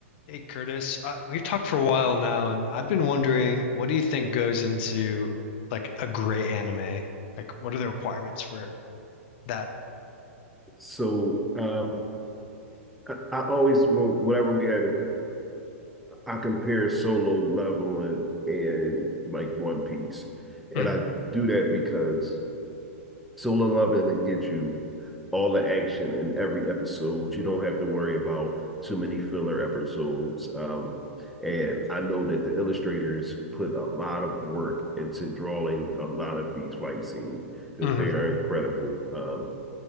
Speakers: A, on the left; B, in the centre.
A: Hey Curtis, uh, we've talked for a while now, and I've been wondering, what do you think goes into like a great anime? Like, what are the requirements for that?
B: So um, I, I always whenever we had it, I compare solo leveling and like One Piece,
A: Mm,
B: and I do that because solo leveling gets you all the action in every episode. You don't have to worry about too many filler episodes. Um, and I know that the illustrators put a lot of work into drawing a lot of these fight scenes because
A: mhm,
B: they are incredible. Um,